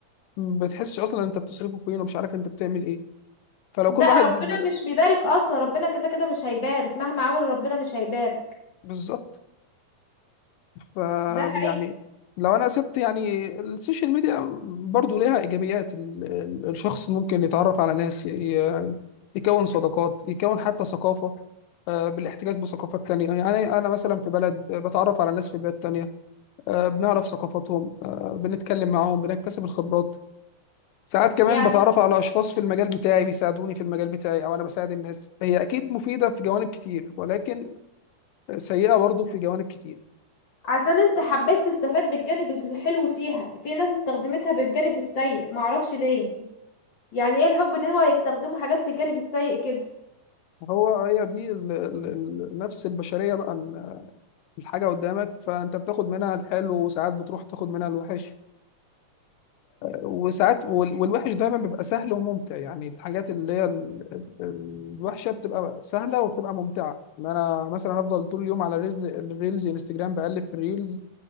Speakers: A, on the left; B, on the left.
A: ما بتحسش أصلا أنت بتصرفه فين ومش عارف أنت بتعمل إيه فلو
B: ده
A: كل واحد
B: ربنا
A: ب...
B: مش بيبارك اصلا ربنا كده كده مش هيبارك مهما عملوا ربنا مش هيبارك
A: بالظبط ف
B: ده حقيقي
A: يعني لو أنا سبت يعني السوشيال ميديا برضو ليها إيجابيات ال... ال- الشخص ممكن يتعرف على ناس ي... يكون صداقات يكون حتى ثقافة آه، بالاحتكاك بثقافات تانية يعني أنا مثلا في بلد آه، بتعرف على ناس في بلاد تانية آه، بنعرف ثقافاتهم آه، بنتكلم معاهم بنكتسب الخبرات ساعات كمان
B: يعني
A: بتعرف على أشخاص في المجال بتاعي بيساعدوني في المجال بتاعي أو أنا بساعد الناس هي أكيد مفيدة في جوانب كتير ولكن سيئة برضو في جوانب كتير
B: عشان انت حبيت تستفاد بالجانب الحلو فيها في ناس استخدمتها بالجانب السيء معرفش ليه يعني ايه الحب ان هو يستخدموا حاجات في الجانب السيء كده
A: هو هي دي ال- ال- ال- نفس البشرية بقى إن الحاجة قدامك فأنت بتاخد منها الحلو وساعات بتروح تاخد منها الوحش وساعات وال- والوحش دايما بيبقى سهل وممتع يعني الحاجات اللي هي ال- ال- الوحشه بتبقى سهله وبتبقى ممتعه ما انا مثلا افضل طول اليوم على ريلز الريلز انستجرام بقلب في الريلز